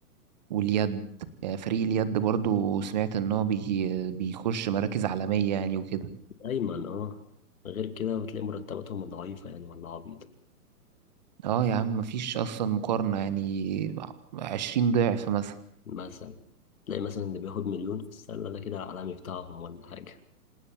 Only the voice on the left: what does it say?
دايما اه غير كده بتلاقي مرتباتهم ضعيفه يعني ولا عبيطه
مثلا تلاقي مثلا اللي بياخد مليون في السله ده كده العالمي بتاعهم ولا حاجه